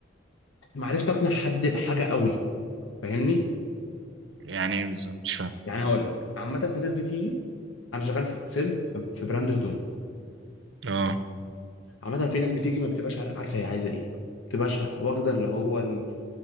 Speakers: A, on the left (about 85°); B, on the right (about 65°).
A: ما عرفت اقنع حد بحاجه قوي فاهمني
B: يعني ايه بالظبط مش فاهم
A: يعني هقول لك عامه في ناس بتيجي انا شغال في سيلز في في براند هدوم
B: اه
A: عامه في ناس بتيجي ما بتبقاش عار- عارفه هي عايزه ايه ما بتبقاش واخده اللي هو ال-